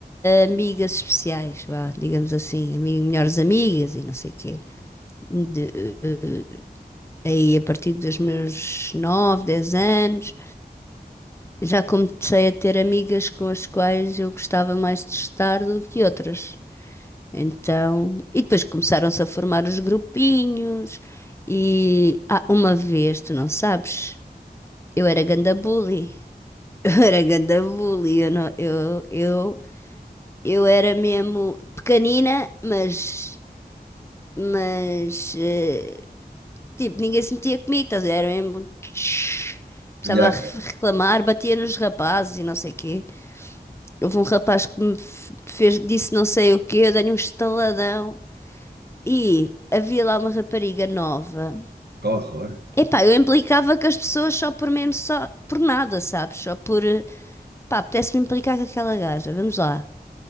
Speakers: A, on the left; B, on the right.
A: amigas especiais, vá, digamos assim, melhores amigas e não sei o quê. De, eh, aí a partir dos meus 9, 10 anos, já comecei a ter amigas com as quais eu gostava mais de estar do que outras. Então, e depois começaram-se a formar os grupinhos e ah, uma vez, tu não sabes, eu era ganda bully. <laughs> Eu era ganda bully, eu, não- eu, eu, eu era mesmo pequenina, mas Mas, eh, tipo, ninguém se metia comigo, estás a ver? Era mesmo. tsh. Precisava
B: Velhaca,
A: re- reclamar, batia nos rapazes e não sei o quê. Houve um rapaz que me f- fez, disse não sei o quê, eu dei-lhe um estaladão. E havia lá uma rapariga nova.
B: que horror.
A: Epá, eu implicava com as pessoas só por mesmo, só por nada, sabes? Só por. eh, Pá, apetece-me implicar com aquela gaja, vamos lá.